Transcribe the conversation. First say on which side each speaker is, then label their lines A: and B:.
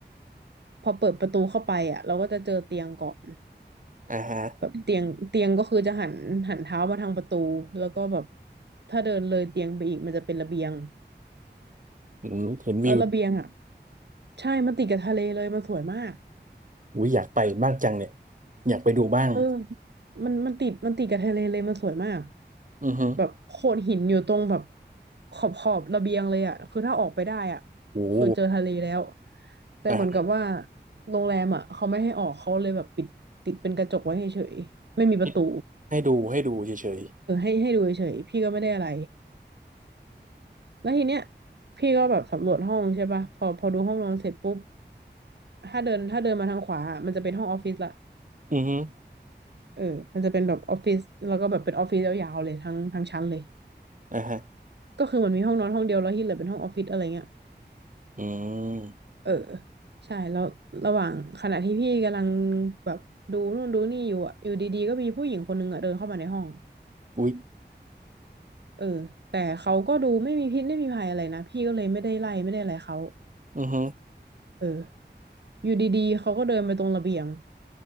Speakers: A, on the right (about 65°); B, on the right (about 45°).
A: พอเปิดประตูเข้าไปอ่ะเราก็จะเจอเตียงก่อน
B: อ่าฮะ
A: แบบเตียงเตียงก็คือจะหันหันเท้ามาทางประตูแล้วก็แบบถ้าเดินเลยเตียงไปอีกมันจะเป็นระเบียง
B: อืมเห็นวิว
A: แล้วระเบียงอ่ะใช่มันติดกับทะเลเลยมันสวยมาก
B: อุ้ยอยากไปบ้างจังเนี่ยอยากไปดูบ้าง
A: เออมันมันติดมันติดกับทะเลเลยมันสวยมาก
B: อือฮึ
A: แบบโขดหินอยู่ตรงแบบขอบขอบระเบียงเลยอ่ะคือถ้าออกไปได้อ่ะ
B: โอ้โห
A: คือเจอทะเลแล้วแต่เหมือนกับว่า
B: อ่าฮะ
A: โรงแรมอ่ะเขาไม่ให้ออกเขาเลยแบบปิดติดเป็นกระจกไว้เฉยๆไม่มีประตู
B: ให้ให้ดูให้ดูเฉย
A: เออให้ให้ดูเฉยๆพี่ก็ไม่ได้อะไร แล้วทีเนี้ยพี่ก็แบบสำรวจห้องใช่ป่ะพอพอดูห้องนอนเสร็จปุ๊บถ้าเดินถ้าเดินมาทางขวาอะมันจะเป็นห้องออฟฟิศละ
B: ๆอือฮึ
A: เออมันจะเป็นแบบออฟฟิศแล้วก็แบบเป็นออฟฟิศยาวๆเลยทั้งทั้งชั้นเลย
B: อ่าฮะ
A: ก็คือมันมีห้องนอนห้องเดียวแล้วที่เหลือเป็นห้องออฟฟิศอะไรเงี้ย
B: อืม
A: เออใช่แล้วระหว่างขณะที่พี่กำลังแบบดูนู่นดูนี่อยู่อะอยู่ดีๆก็มีผู้หญิงคนนึงอะเดินเข้ามาในห้อง
B: อุ้ย
A: เออแต่เขาก็ดูไม่มีพิษไม่มีภัยอะไรนะพี่ก็เลยไม่ได้ไล่ไม่ได้อะไรเขา
B: อือฮึ
A: เอออยู่ดีๆเขาก็เดินไปตรงระเบียง